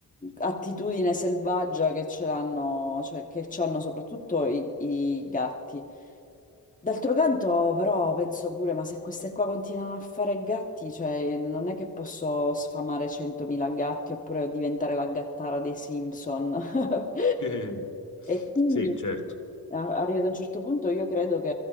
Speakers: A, on the left; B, on the left.
A: attitudine selvaggia che ce l'hanno, cioè che ci hanno soprattutto i, i gatti. D'altro canto, però, penso pure, ma se queste qua continuano a fare gatti, cioè non è che posso sfamare 100.000 gatti oppure diventare la gattara dei Simpson. <laughs>
B: <laughs>
A: E quindi
B: Sì, certo.
A: a- arrivato a un certo punto io credo che